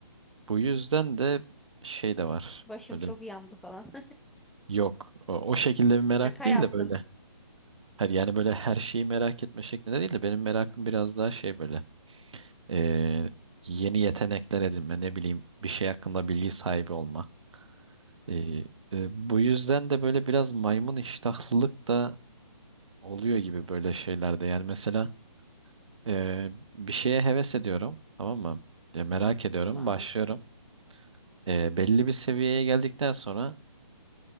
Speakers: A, on the right; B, in the centre.
A: bu yüzden de şey de var.
B: Başım
A: Böyle
B: çok yandı falan.
A: yok o, o şekilde
B: <laughs>
A: bir merak
B: Şaka
A: değil
B: yaptım.
A: de böyle her yani böyle her şeyi merak etme şeklinde değil de benim merakım biraz daha şey böyle ee, yeni yetenekler edinme ne bileyim bir şey hakkında bilgi sahibi olma. Ee, e, bu yüzden de böyle biraz maymun iştahlılık da oluyor gibi böyle şeylerde. Yani mesela ee, bir şeye heves ediyorum tamam mı? Ya merak ediyorum
B: Tamam.
A: başlıyorum. E, belli bir seviyeye geldikten sonra